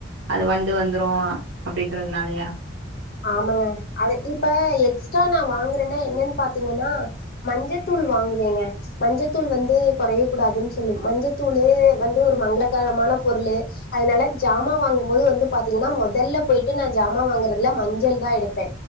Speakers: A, on the right; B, on the left.
A: அது வண்டு வந்துரு அப்டின்றதுனாலயா
B: ஆமாங்க அத இப்ப எக்ஸ்ட்ரா நா வாங்குறேன்னா என்னன்னு பாத்தீங்கன்னா மஞ்சத்தூள் வாங்குவேங்க மஞ்சத்தூள் வந்து கொறைய கூடாதுன்னு சொல்லு மஞ்சத்தூளு வந்து ஒரு மங்களகரமான பொருளு அதனால ஜாமா வாங்கும்போது வந்து பாத்தீங்கன்னா மொதல்ல போயிட்டு நா ஜாமா வாங்குற இல்ல மஞ்சள் தா எடுப்பே